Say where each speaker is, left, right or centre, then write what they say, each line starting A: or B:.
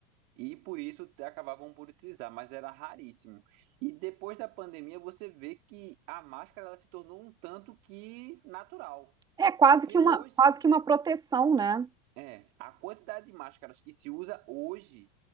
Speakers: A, on the right (about 55°); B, on the right (about 25°).
A: e por isso te- acabavam por utilizar, mas era raríssimo. E depois da pandemia, você vê que a máscara ela se tornou um tanto que natural.
B: É quase
A: Porque
B: que uma,
A: hoje
B: quase que uma proteção, né?
A: é, a quantidade de máscaras que se usa hoje,